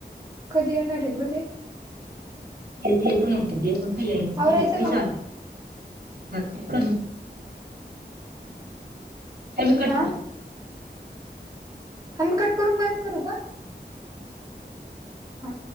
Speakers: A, on the right; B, on the right.
A: कधी येणारे गते.
B: येत येत म्हणत ते पण काही येईना
A: आवरायचं का मग
B: बाई. हे कट.
A: हा आम्ही कट करून परत करू का हा.